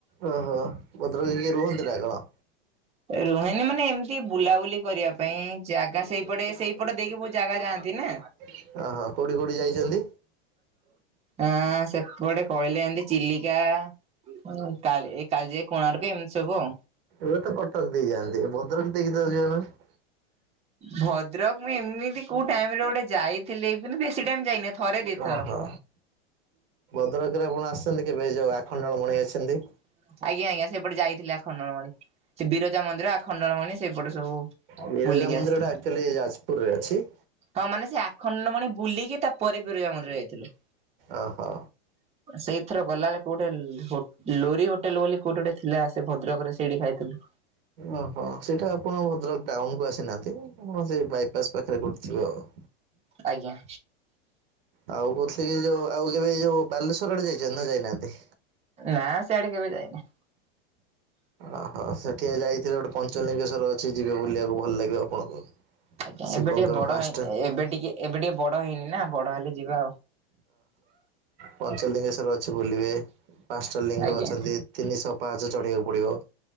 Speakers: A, on the right; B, on the right.
A: ଓ ହଁ ମତ ଭଦ୍ରକ ହେରୀକା ରୁହନ୍ତି ନା କଣ?
B: ରୁହେନି ମାନେ ଏମିତି ବୁଲାବୁଲି କରିବା ପାଇଁ ଜାଗା ସେଇପଟେ ସେଇପଟେ ଦେଇକି ବହୁ ଜାଗା ଯାଆନ୍ତି ନା।
A: ଓହୋ କୋଉଠିକି କୋଉଠିକି ଯାଇଛନ୍ତି?
B: ହଁ ସେପଟେ କହିଲେ ଏମତି ଚିଲିକା ହୁଁ କାଳ ଏଇ କାଳିଜାଇ କୋଣାର୍କ ଏମିତି ସବୁ ଆଉ
A: ଏବେ ତ କଟକ ଦେଇଯାଆନ୍ତି ଭଦ୍ରକ ଦେଇକି ତ ଯାନ୍ତି ନି?
B: ଭଦ୍ରକ ମୁଁ ଏମିତି କୋଉ ଟାଇମ ରେ ଗୋଟେ ଯାଇ ଥିଲେ ବି ବେଶୀ ଟାଇମ ଯାଇନି ଥରେ ଦିଥର
A: ଓହୋ ଭଦ୍ରକରେ ଆପଣ ଆସିଛନ୍ତି କେବେ ଯୋଉ ଆଖଣ୍ଡଳ ମଣି ଅଛନ୍ତି?
B: ଆଜ୍ଞା, ଆଜ୍ଞା ସେଇପଟେ ଯାଇଥିଲି ଆଖଣ୍ଡଳମଣି। ସେ ବିରଜା ମନ୍ଦିର ଆଖଣ୍ଡଳମଣି ସେଇପଟେ ସବୁ
A: ବିରଜା
B: ବୁଲିକି
A: ମନ୍ଦିର
B: ଆସିଥିଲି।
A: ଟା ଆକ୍ଚୁଆଲି ଯାଜପୁରରେ ଅଛି।
B: ହଁ ମାନେ ସେ ଆଖଣ୍ଡଳମଣି ବୁଲିକି ତାପରେ ବିରଜା ମନ୍ଦିର ଯାଇଥିଲୁ।
A: ଓହୋ।
B: ସେଇଥର ଗଲାବେଳେ କୋଉଠେ଼ ଲ୍ ହୋଟ ଲୋରି ହୋଟେଲ ବୋଲି କୋଉଠି ଗୋଟେ ଥିଲା। ସେ ଭଦ୍ରକରେ ସେଇଠି ଖାଇଥିଲୁ।
A: ଓହୋ ସେଇଟା ଆପଣ ଭଦ୍ରକ ଟାଉନ କୁ ଆସିନାହାନ୍ତି। ଆପଣ ସେଇ ବାଇପାସ ପାଖରେ କୋଉଠି ଥିବ ଆଉ।
B: ଆଜ୍ଞା।
A: ଆଉ କହୁଥିଲି କି, ଯୋଉ ଆଉ କେବେ ଯୋଉ ବାଲେଶ୍ଵର ଆଡେ ଯାଇଛନ୍ତି ନା ଯାଇନାହାନ୍ତି?
B: ନାଁ ସେ ଆଡ଼େ କେବେ ଯାଇନି।
A: ଓହୋ ସେଠିଆ ଯାଇଥିଲେ ଗୋଟେ ପଞ୍ଚଲିଙ୍ଗେଶ୍ଵର ଅଛି ଯିବେ ବୁଲିବାକୁ ଭଲ ଲାଗିବ ଆପଣଙ୍କୁ।
B: ଆଜ୍ଞା
A: ଶିବଙ୍କର
B: ଏବେ ଟିକେ ବଡ
A: ପାଞ୍ଚଟା
B: ହେଇନି। ଏବେ ଟିକେ ଏବେ ଟିକେ ବଡ ହେଇନି ନା ବଡ ହେଲେ ଯିବା ଆଉ।
A: ପଞ୍ଚଲିଙ୍ଗେଶର ଅଛି ବୁଲିବେ ପାଞ୍ଚଟା ଲିଙ୍ଗ
B: ଆଜ୍ଞା
A: ଅଛନ୍ତି। ତିନି ଶହ ପାହାଚ ଚଢିବାକୁ ପଡିବ।